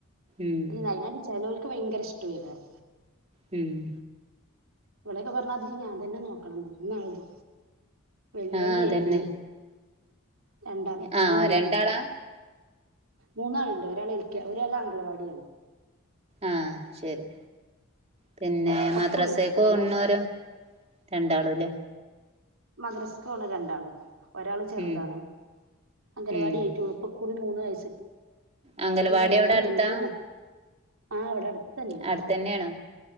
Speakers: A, on the right; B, on the right.
A: ഉം
B: മം അയ്ന് വാണ്ടി ചേലോൽക് വയങ്കര ഇഷ്ട്ടയിക്കരിം.
A: മം
B: ഇവടെയൊക്കെ പറഞ്ഞാതിരി ഞാൻ തന്നെ നോക്കണം എന്ന എഴുത വെല്ലിയോൻ
A: ആഹ് അതന്നെ
B: ഏഴില്. രണ്ടാമത്തോൻ
A: ആഹ്
B: മൂന്നാ
A: രണ്ടാളാ
B: <unintelligible> മൂന്നാൾണ്ട് ഒരാൾ എൽക്കെ ഒരാൾ അംഗലവാടീണ്ട്.
A: ആഹ ശെരി പിന്നെ
B: അപ്പക്കുറി
A: മദ്രാസെക്ക് പോകുന്നോരോ?
B: മൂന്ന് വയസ്സ്
A: രണ്ടാളുംലെ?
B: മദ്രസ്ക്ക് പോണ രണ്ടാൾ ഒരാള് ചെറുതാണ്
A: ഉം
B: അംഗലവാടിയായിട്ടൊള്ളു
A: ഉം
B: ഇപ്പൊ പോ കുറി മൂന്ന് വയസ്
A: അംഗലവാടി
B: ഇകുറി അങ്കല
A: അവിടെ
B: <unintelligible>
A: അടുത്താ
B: ആ ഇവടെ അടുത്തെന്നെണ്
A: അടുത്തന്നെയാണോ